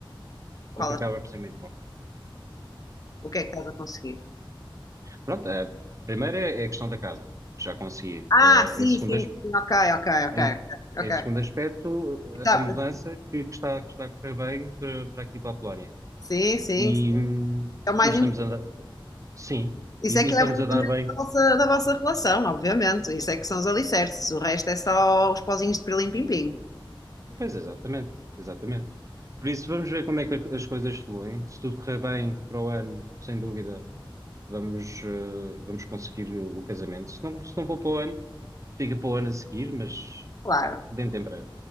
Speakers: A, on the left; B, on the right.
A: Qual
B: o que acaba por ser muito bom.
A: o que é que estás a conseguir.
B: Pronto, a primeira é, é a questão da casa, que já consegui.
A: Ah,
B: Eh,
A: sim,
B: em segundo,
A: sim,
B: as-
A: sim, ok, ok, ok,
B: em,
A: ok.
B: em
A: ok.
B: segundo aspecto, eh,
A: Tá,
B: a mudança que, que está, que está a correr bem para, para aqui para a Polónia.
A: sim, sim,
B: E, hum,
A: é o mais
B: e estamos
A: importante.
B: a, sim,
A: Isso
B: e, e
A: é que
B: estamos
A: é o fundamento
B: a dar bem
A: da vossa, da vossa relação, obviamente. Isso é que são os alicerces. O resto é só os pozinhos de pirlim-pim-pim.
B: Pois, exatamente, exatamente. Por isso, vamos ver como é que as coisas fluem. Se tudo correr bem para o ano, sem dúvida, vamos, eh, vamos conseguir o, o casamento. Se não, se não for para o ano, fica para o ano a seguir, mas
A: Claro,
B: dentro em breve.